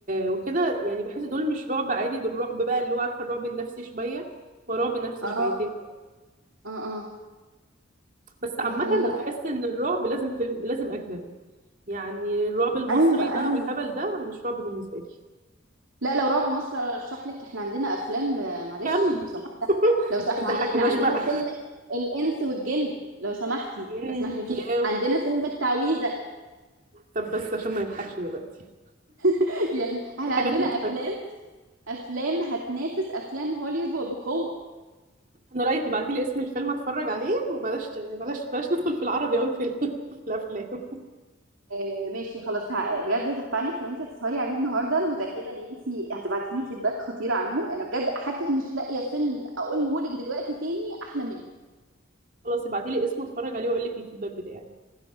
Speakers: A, on the right; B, on the right.
A: وكده يعني بحس دول مش رعب عادي دول رعب بقى اللي هو عارفه الرعب النفسي شويه ورعب نفسي
B: اه
A: شويتين
B: اه اه
A: بس عامه
B: يعني
A: انا
B: لا
A: بحس ان الرعب لازم فيلم لازم اجنبي يعني الرعب المصري
B: ايوه
A: بقى
B: ايوه
A: والهبل ده مش رعب بالنسبه لي
B: لا لو رعب مصر ارشح لك احنا عندنا افلام آه، معلش
A: كامب
B: لو
A: <laughs>
B: لو سمحت
A: ما
B: احنا
A: تضحكناش
B: عند احنا عندنا
A: بقى
B: فيلم الانس والجن لو سمحتي
A: مم،
B: ما اسمحلكيش
A: ياه.
B: عندنا فيلم التعويذه
A: طب بس عشان ما نضحكش دلوقتي
B: <laughs> يعني احنا
A: في حاجات
B: عندنا افلام
A: مضحكه
B: افلام هتنافس افلام هوليوود وبقوه
A: انا رايي تبعتي لي اسم الفيلم اتفرج عليه وبلاش بلاش بلاش ندخل في العربي قوي في ال- <laughs> في الافلام
B: آه ماشي خلاص ه- بجد البانيك لو انت هتسهري عليه النهارده انا متاكده ان انت هتبعتي لي فيدباك خطير عنه انا بجد حتى مش لاقيه فيلم اقوله لك دلوقتي تاني احلى منه
A: خلاص ابعتي لي اسمه اتفرج عليه واقول لك الفيدباك بتاعي